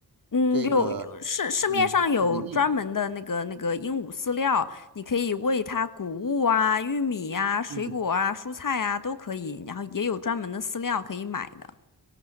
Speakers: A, on the left; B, on the right.
A: 嗯，
B: 这个
A: 有有市市面上有专门的那个那个鹦鹉饲料，
B: 米米粒？
A: 你可以喂它谷物啊、玉米啊、水果啊、
B: 嗯，
A: 蔬菜啊都可以，然后也有专门的饲料可以买的。